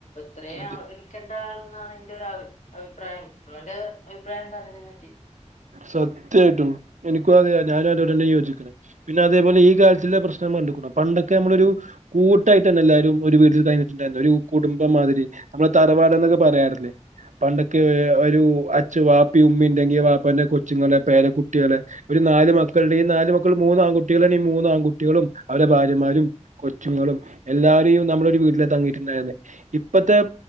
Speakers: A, on the left (about 80°); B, on the right (about 80°).
A: ഇത്രയും
B: ആ
A: അവഗടിക്കേണ്ട ആൾ എന്നാണ് എന്റെറെ ഒരു അഭിപ്രായം ഇ്രന്റെ അഭിപ്രായംന്താണ് ഇതിനെ പറ്റി
B: സത്യായിട്ടും എനിക്കും അതെയാ ഞാനരോടന്നെ യോജിക്കണേ പിന്നെ അതേപോലെഈാലത്തില പ്രശ്നം കണ്ടണം പണ്ടൊക്കെ നമ്മളൊരു കൂട്ടായിട്ട് തന്നെ എല്ലാരും ഒരു വീട്ടിൽ കഴിഞ്ഞിട്ടുണ്ടായിരുന്നു ഒരു കുടുംബംമാതിരി നമ്മെ തറവാട എന്നൊക്കെ പറയാറില്ലേ പണ്ടൊക്കെ ഒരു അച്ു വാപ്പി ഉമ്മി ഉണ്ടെങ്കിയ വാപ്പറെ കൊച്ചുങ്ങള്െ പേലക്കുട്ടികള് ഒരു നാല് മക്കളുടെ ഈ നാല് മക്കൾ മൂന്ന ആൺകുട്ടികളാണ് ഈ മൂന്ന ആൺകുട്ടികളും അവടെ ഭാര്യമാരും കൊച്ചുങ്ങളും എല്ലാരേും നമ്മള ഒരു വീട്ടില തങ്ങിയിട്ടുണ്ടായിരുന്ന ഇപ്പഴത്തെ